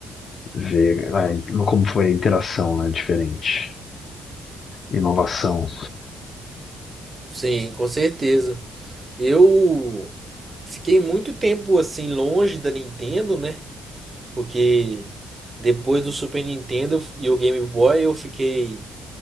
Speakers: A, on the left; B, on the right.
A: ver ah, como foi a interação, né? Diferente. Inovação.
B: Sim, com certeza. Eu fiquei muito tempo assim longe da Nintendo, né? Porque depois do Super Nintendo e o Game Boy eu fiquei